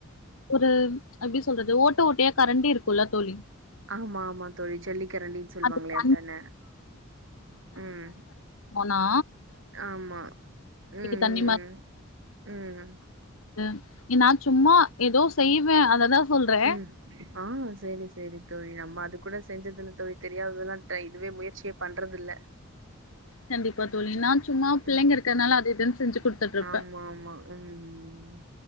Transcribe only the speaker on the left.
ஒரு எப்படி சொல்றது ஓட்ட ஓட்டையா கரண்ட இருக்குல தோழி
அது தண்
மொனா
தண்ணி
அ எனா நா சும்மா ஏதோ செய்வே அததா சொல்றே
கண்டிப்பா தோழி நா சும்மா பிள்ளைங்க
இருக்கனால அது இது செஞ்சு குடுத்துட்ருப்பே